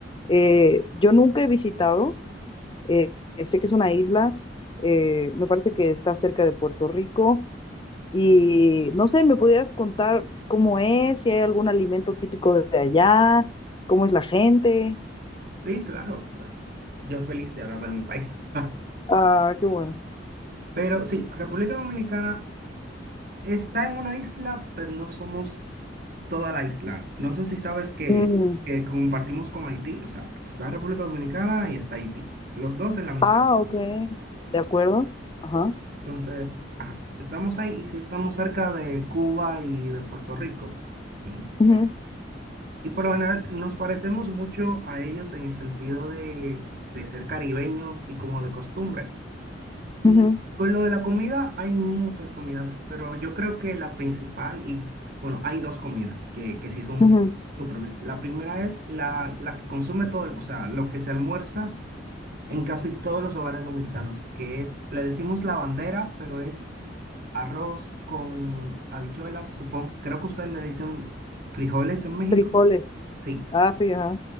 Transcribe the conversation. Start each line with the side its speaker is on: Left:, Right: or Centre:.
Left: Eh, yo nunca he visitado, eh, sé que es una isla, eh, me parece que está cerca de Puerto Rico y no sé, ¿me pudieras contar cómo es, si hay algún alimento típico de allá, cómo es la gente?
Right: <laughs> Sí, claro. O sea, yo feliz de hablar de mi país. <laughs>
Left: Ah, qué bueno.
Right: Pero sí, República Dominicana está en una isla, pero no somos toda la isla. No sé si sabes que,
Left: Mm,
Right: que compartimos con Haití. O sea, está República Dominicana y está Haití. Los dos en la misma
Left: Ah,
Right: isla.
Left: ok. De acuerdo. Ajá.
Right: Entonces, ajá, estamos ahí y si estamos cerca de Cuba y de Puerto Rico. Ento-
Left: Ujú,
Right: Y por lo general nos parecemos mucho a ellos en el sentido de, de ser caribeños y como de costumbre. Y
Left: ujú,
Right: con lo de la comida, hay muchas comidas, pero yo creo que la principal, y bueno, hay dos comidas que, que sí son
Left: ujú.
Right: súper. vis- La primera es la, la que consume todo, el- o sea, lo que se almuerza en casi todos los hogares dominicanos, que es, le decimos la bandera, pero es Arroz con habichuelas, supongo. Creo que ustedes le dicen frijoles en México.
Left: Frijoles.
Right: Sí.
Left: Ah, sí, ajá.